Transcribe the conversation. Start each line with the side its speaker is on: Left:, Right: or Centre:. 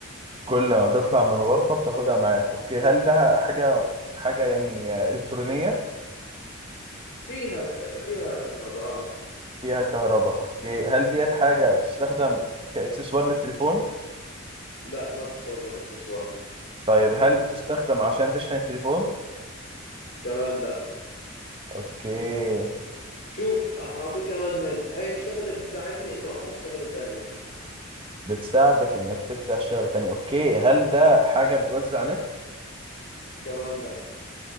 Right: كل ما بتطلع من الغرفه بتاخدها معاك اوكي هل ده حاجه حاجه يعني آه، الكترونيه
Left: فيها ك- فيها كهرباء آه.
Right: فيها كهرباء اوكي هل ديت حاجه بتستخدم كاكسسوار للتليفون
Left: لا ما بتستخدم اكسسوار
Right: طيب هل بتستخدم عشان تشحن التليفون
Left: كمان لا
Right: اوكي
Left: شوف اعطيك كمان هنت هاي الشغله بتساعدني انه افتح شغله تانية
Right: بتساعدك انك تفتح شغل تاني اوكي هل ده حاجة بتوزع نت
Left: كمان لا